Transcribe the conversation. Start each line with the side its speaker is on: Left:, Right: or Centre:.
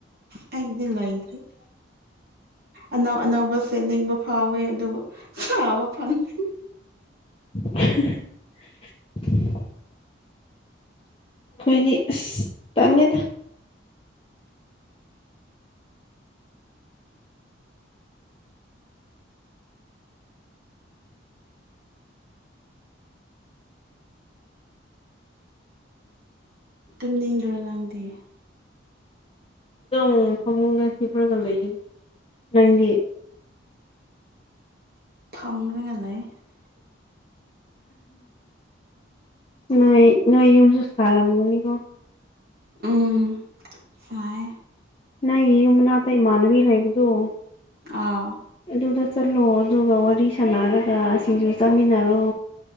Right: ꯍꯥꯏꯗ ꯂꯔꯤ ꯑꯅꯧ ꯑꯅꯧꯕꯁꯦ ꯅꯤꯡꯕ ꯐꯥꯎꯋꯦ ꯑꯗꯨꯕꯨ ꯁꯥꯕ ꯐꯪꯦ
Left: <unintelligible> ꯑꯩꯣꯏꯅꯤ ꯇꯅꯤꯗ
Right: ꯇꯨꯝꯅꯤꯡꯗ꯭ꯔꯣ ꯅꯪꯗꯦ
Left: ꯑꯗꯨꯣꯡ ꯐꯝꯃꯨꯡꯒ ꯍꯕ꯭ꯔꯒ ꯂꯩꯏ ꯅꯪꯗꯤ
Right: ꯐꯥꯝ ꯔꯔꯤꯉꯂ ꯂꯩ
Left: ꯎ ꯅꯣꯏ ꯅꯣꯏ ꯌꯨꯝꯁꯨ ꯁꯥꯔꯝꯃꯨꯅꯤꯀꯣ
Right: ꯎꯝ ꯆꯥꯏ
Left: ꯅꯪ ꯌꯦ ꯌꯨꯝꯅꯥ ꯇ ꯏ ꯃꯥꯥꯟꯕꯤ ꯂꯩ ꯏꯕꯗꯨꯣ
Right: ꯑ
Left: ꯑꯗꯨꯗ ꯆꯠꯂꯣ ꯑꯗꯨꯒ ꯋꯥꯔꯤ ꯁꯥꯟꯅꯔꯒ ꯁꯤꯡꯖ ꯆꯥꯃꯤꯟꯅꯔꯣ